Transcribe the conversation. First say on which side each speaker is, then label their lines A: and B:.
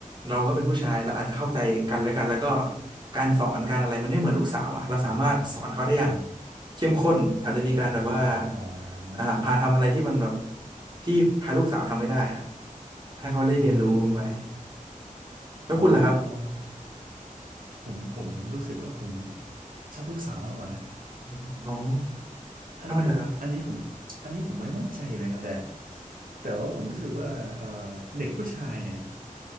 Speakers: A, on the right; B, on the right.
A: เราก็เป็นผู้ชายเราอาจจะเข้าใจกันและกันแล้วก็การสอนการอะไรมันไม่เหมือนลูกสาวอะเราสามารถสอนเขาได้อย่างเข้มข้นอาจจะมีการแบบว่า
B: อ๋อ
A: อ่าพาทำอะไรที่มันแบบที่พาลูกสาวทำไม่ได้อะให้เขาได้เรียนรู้ไป
B: อือหืออือหื
A: แล้วคุณล่ะครับ
B: อ๋อก็ผมผมรู้สึกว่าผมชอบลูกสาวมากกว่านะ
A: อมอ๋อ
B: เออ
A: ทำไมล่ะครับ
B: อันนี้ผมอันนี้ผมไม่มั่นใจเหมือนกันแต่แต่ว่าผมรู้สึกว่าเออเด็กผู้ชายเนี่ย